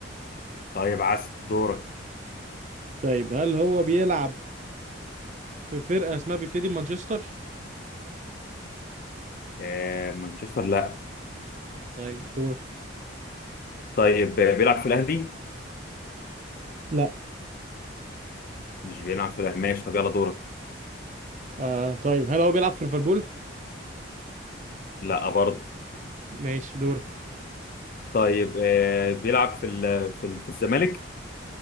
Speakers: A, on the left; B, on the right.
A: طيب عسل دورك
B: طيب هل هو بيلعب في فرقة اسمها بيبتدي بمانشستر
A: آه مانشستر لا
B: طيب دورك
A: طيب آه، بيلعب في الاهلي
B: لا
A: مش بيلعب في الاهلي ماشي طب يلا دورك
B: آه طيب هل هو بيلعب في ليفربول؟
A: لا برضه
B: ماشي دورك
A: طيب آه بيلعب في ال في, ال في الزمالك